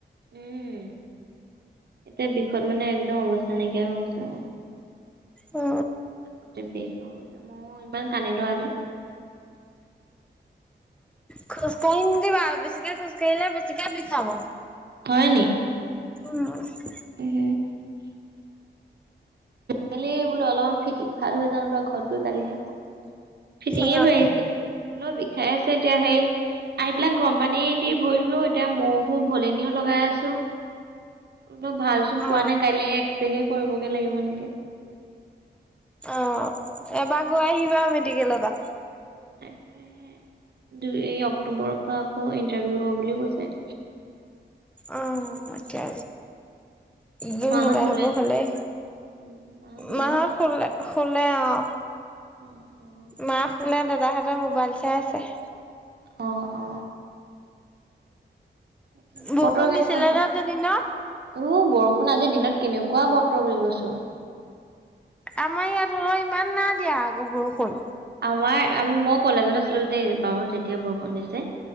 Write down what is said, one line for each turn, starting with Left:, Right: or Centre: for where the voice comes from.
Right: উম, এতিয়া বিষত মানে একদম অৱস্থা নাইকিয়া হৈ গৈছে মোৰ।
Centre: অ
Right: গোটেই বিষ আৰু মই ইমান কান্ লো আজি
Centre: খোজকাঢ়ি নিদিবা বেছিকে খোজকাাঢ়িলে বেছিকে বি খাব
Right: হয় নি
Centre: উম
Right: উহ মেলি বোলো অলপমান ফিট ভাল হৈ জানো ত ঘৰত গৈ গালিহে খা ফিটিঙে
Centre: অ
Right: হৈ আহিছিল হ'লও বিষাই আছে এতিয়া সেই আহি পেলাক গৰম পানী দি ভৰি ধলো এতিয়া মহো ভলেনিও লগাই আছো একো ভাল চোন
Centre: অ
Right: পোৱা নাই কাইলৈ এক্সেহে কৰিবগে লাগিব নেকি?
Centre: অঁ। এবাৰ গৈ আহিবা মেডিকেলৰ পৰা।
Right: তাকে দুই অক্টোবৰৰ পৰা আকৌ ইণ্টাৰভিউ হব বুলিও কৈছে।
Centre: অ। মই কে। োৰ
Right: মাহত
Centre: নদাই
Right: শুলে
Centre: হব হলেই
Right: উম মাহত শুলে
Centre: মাহত
Right: নেকি
Centre: খলে হলে অ।
Right: অ অ।
Centre: মাক খুলে দাদাহঁতেৰ মোবাইল চাই আছে।
Right: অ অ। তাকে
Centre: বৰষুণ
Right: বতৰ কেনেকুৱা
Centre: দিছিলে
Right: হে
Centre: ন
Right: বলে?
Centre: আজি দিনত
Right: উ বৰষুণ আজিৰ দিনত কেনেকুৱা বতৰ বুলি কৈছো।
Centre: আমাৰ ইয়াত ধৰ ইমান না দিয়া আকৌ বৰষুণ।
Right: আমাৰ আমি মই কলেজত আছিলো দেই বাৰু যেতিয়া বৰষুণ দিছে।